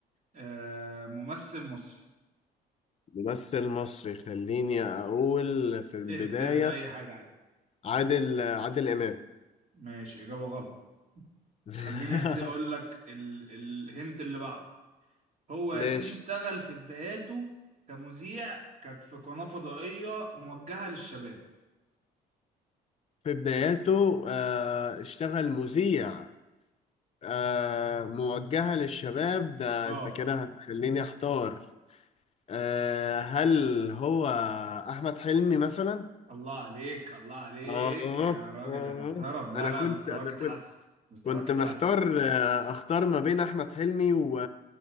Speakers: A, on the right; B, on the left.
A: آه، ممثل مصري
B: ممثل مصري خليني اقول في البداية
A: اهبد اهبد أي حاجة عادي
B: عادل عادل امام
A: ماشي إجابة غلط
B: <laughs>
A: خليني يا سيدي أقول لك ال... الهنت اللي بعده هو
B: ماشي
A: يا سيدي اشتغل في بداياته كمذيع كانت في قناة فضائية موجهة للشباب
B: في بداياته آه، اشتغل مذيع آه موجهة للشباب ده
A: اه
B: انت كده هتخليني احتار آه هل هو احمد حلمي مثلا
A: الله عليك الله عليك
B: آه
A: يا راجل
B: آه
A: يا محترم لا
B: أنا
A: لا
B: كنت
A: مستواك
B: أنا
A: اتحسن
B: كنت
A: مستواك
B: كنت
A: اتحسن
B: محتار آه، أختار ما بين أحمد حلمي و...